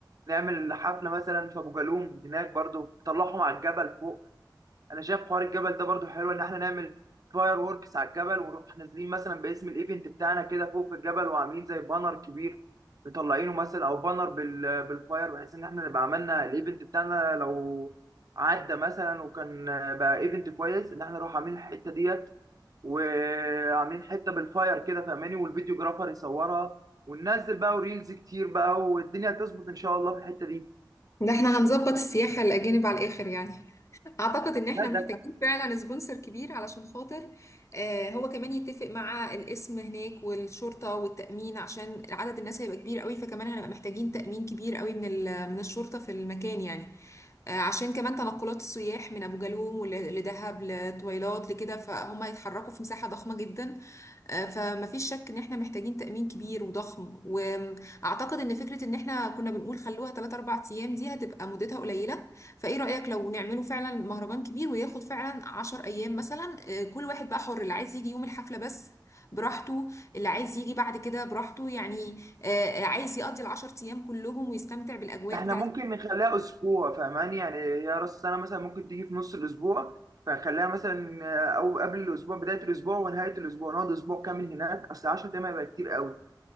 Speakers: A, on the right (about 50°); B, on the left (about 40°).
A: نعمل حفله مثلا في ابو جالوم هناك برضه تطلعهم على الجبل فوق انا شايف حوار الجبل ده برضو حلو ان احنا نعمل فاير ووركس على الجبل ونروح نازلين مثلا باسم الايفنت بتاعنا كده فوق في الجبل وعاملين زي بانر كبير مطلعينه مثلا او بانر بال بالفاير بحيث ان احنا نبقى عملنا الايفنت بتاعنا لو عدى مثلا وكان بقى ايفنت كويس ان احنا نروح عاملين الحته ديت وعاملين حته بالفاير كده فاهماني والفيديو جرافر يصورها وننزل بقى وريلز كتير بقى والدنيا هتظبط ان شاء الله في الحته دي
B: ده احنا هنظبط السياحة الأجانب على الآخر يعني اعتقد ان احنا
A: لا
B: محتاجين
A: ده
B: فعلا سبونسر كبير علشان خاطر آه، هو كمان يتفق مع الاسم هناك والشرطة والتأمين عشان عدد الناس هيبقى كبير قوي فكمان هنبقى محتاجين تأمين كبير قوي من ال- من الشرطة في المكان يعني آه، عشان كمان تنقلات السياح من ابو جالوم ول- لدهب لطويلات لكده فهم هيتحركوا في مساحة ضخمة جدا آه، فمفيش شك ان احنا محتاجين تأمين كبير وضخم واعتقد ان فكرة ان احنا كنا بنقول خلوها 3 4 ايام دي هتبقى مدتها قليلة فايه رأيك لو نعمله فعلا مهرجان كبير وياخد فعلا 10 ايام مثلا آه، كل واحد بقى حر اللي عايز يجي يوم الحفلة بس براحته اللي عايز يجي بعد كده براحته يعني آه، آه، عايز يقضي العشر ايام كلهم ويستمتع بالاجواء
A: احنا
B: بتاعت
A: ممكن نخليها اسبوع فاهماني يعني هي راس السنه مثلا ممكن تيجي في نص الاسبوع فنخليها مثلا آه، او قبل الاسبوع بدايه الاسبوع ونهايه الاسبع نقعد اسبوع كامل هناك اصل 10 ايام هيبقى كتير قوي